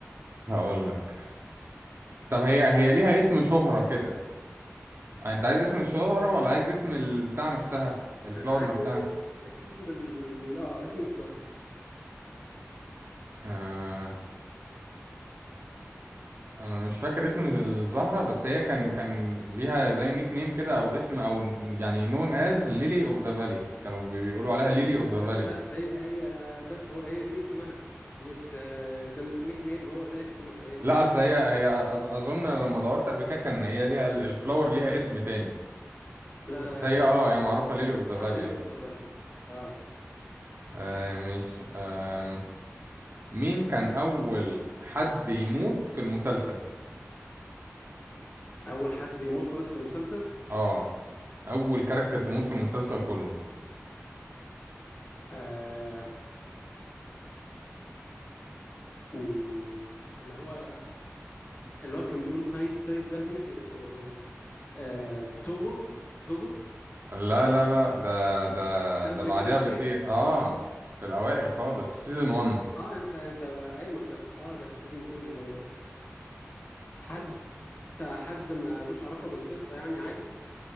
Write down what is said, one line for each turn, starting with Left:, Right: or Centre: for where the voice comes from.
Right: هقول لك طب هي هي ليها اسم شهرة كده انت عايز اسم الشهرة ولا عايز اسم البتاع نفسها الفلور
Left: انا عايز
Right: نفسها
Left: اس... اسم ال... اه اسم الزهرة
Right: آه انا مش فاكر اسم الزهرة بس هي كان كان ليها زي نيك نيم كده او اسم او يعني نون از ليلي اوف ذا فالي كانوا بي- بيقولوا عليها ليلي اوف
Left: آه،
Right: ذا فالي
Left: بس هي هي بس هو هي دي اسمها مش آه، ده مش نيك نيم هو ده اسمها هي انت
Right: لا
Left: كده
Right: اصل
Left: صح
Right: هي هي أظ- اظن لما دورت قبل كده كان هي ليها ال- الفلور ليها اسم تاني
Left: لا لا
Right: بس هي
Left: لا، هي
Right: اه
Left: ال...
Right: هي
Left: كان
Right: معروفة ليلي
Left: المسلسل
Right: اوف ذا
Left: بتاع
Right: فالي
Left: ليلي اوف ذا فالي اه
Right: آه مش آه مين كان أول حد يموت في المسلسل؟
Left: اول حد يموت خالص في المسلسل
Right: اه أول كاركتر تموت في المسلسل كله
Left: آه... أمم، اللي هو اللي هو كان بيقول تايت تايت ده انا ناسي اسمه آه، توغو توغو
Right: لا لا لا ده ده
Left: قبل
Right: ده بعدها
Left: كده بكتير
Right: بكتير اه في الأوائل خالص في سيزون 1
Left: اه انت انت ايوه ما هو ده في اه ده في سيزون 2 لما حد حد ما لوش علاقه بالقصه يعني عادي